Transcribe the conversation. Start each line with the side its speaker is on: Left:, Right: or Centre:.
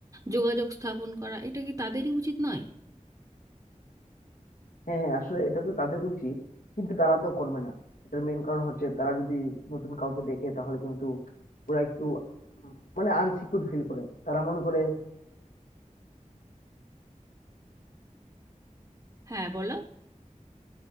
Right: যোগাযোগ স্থাপন করা এটা কি তাদেরই উচিত নয়
Left: হ্যাঁ হ্যাঁ আসলে এটা তো তাদের উচিত কিন্তু তারা তো করবে না এটার মেইন কারণ হচ্ছে তারা যদি নতুন কাউকে দেখে তাহলে কিন্তু ওরা একটু উম, মানে আনসিকিউর ফিল করে তারা মনে করে
Right: হ্যাঁ বলো